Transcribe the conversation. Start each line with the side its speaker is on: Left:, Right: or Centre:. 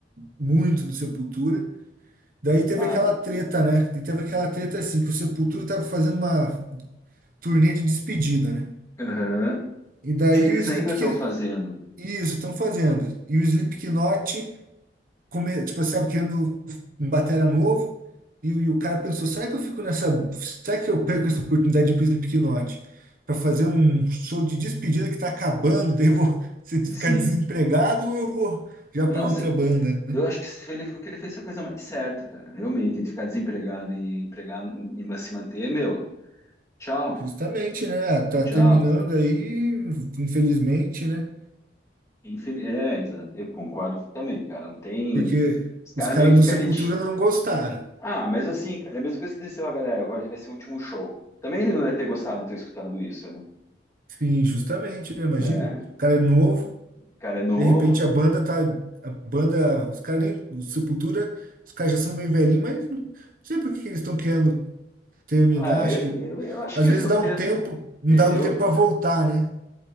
Right: muito no Sepultura. Daí teve
Left: Tava,
Right: aquela treta, né? E teve aquela treta assim, que o Sepultura tava fazendo uma turnê de despedida, né?
Left: Aham.
Right: E daí
Left: Acho que eles
Right: o Slipknot...
Left: ainda estão fazendo.
Right: Isso, estão fazendo. E o Slipknot come, tipo, assim, sabe, querendo um batera novo, e, o e o cara pensou, será que eu fico nessa, será que eu perco essa oportunidade de ir pro Slipknot para fazer um show de despedida que tá acabando, daí eu vou <laughs> se ficar
Left: Sim.
Right: desempregado ou eu vou já
Left: Não,
Right: para outra
Left: cê-
Right: banda, né?
Left: eu acho que se ele, o que ele fez foi a coisa mais certa, cara. Realmente, entre ficar desempregado e empregado e ma- se manter, meu, tchau,
Right: Justamente, né? Tá
Left: tchau.
Right: terminando aí, infelizmente, né?
Left: Infin- É, exato. Eu concordo também, cara. Não tem.
Right: Porque
Left: Os caras
Right: os caras
Left: meio que
Right: do
Left: careti.
Right: Sepultura não gostaram.
Left: Ah, mas assim, cara, é a mesma coisa que desceu a galera. Agora vai ser o último show. Também ele não deve ter gostado de ter escutado isso, né?
Right: Sim, justamente, né? Imagina.
Left: Né?
Right: O cara é novo,
Left: O cara é novo.
Right: De repente a banda tá. A banda, os caras nem. o Sepultura, os caras já são meio velhinhos, mas não sei por que que eles estão querendo terminar.
Left: Ah, é,
Right: Acho que
Left: eu, eu, eu acho
Right: às
Left: que eles
Right: vezes
Left: estão
Right: dá um
Left: querendo.
Right: tempo, não
Left: Eu,
Right: dá um tempo para voltar, né?